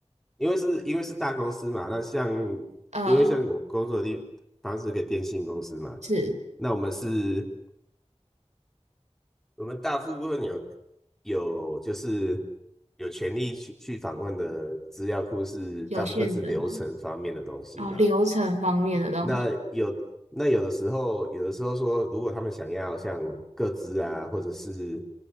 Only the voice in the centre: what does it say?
因为是因为是大公司嘛，那像
因为像我工作的地方是个电信公司嘛，
那我们是，我们大部分有有就是有权利去去访问的资料库是大部分是流程方面的东西嘛，
那有那有的时候，有的时候说，如果他们想要像各自啊，或者是